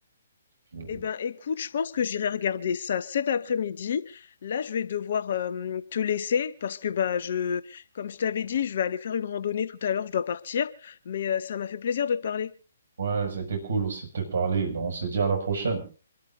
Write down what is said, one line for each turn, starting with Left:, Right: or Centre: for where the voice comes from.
Right: Je-
Left: Eh ben, écoute, je pense que j'irai regarder ça cet après-midi. Là, je vais devoir euh, te laisser parce que bah je, comme je t'avais dit, je vais aller faire une randonnée tout à l'heure. Je dois partir, mais euh, ça m'a fait plaisir de te parler.
Right: Ouais, c'était cool aussi de te parler. Donc, on se dit à la prochaine.